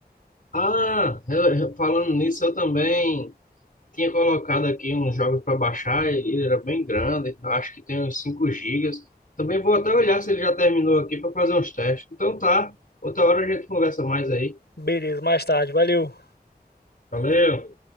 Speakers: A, on the left; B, on the left.
A: Ah, eu- eu- falando nisso, eu também tinha colocado aqui uns jogos para baixar e ele era bem grande. Eu acho que tem uns 5 gigas. Também vou até olhar se ele já terminou aqui para fazer uns testes. Então tá, outra hora a gente conversa mais aí.
B: Beleza, mais tarde, valeu.
A: Valeu!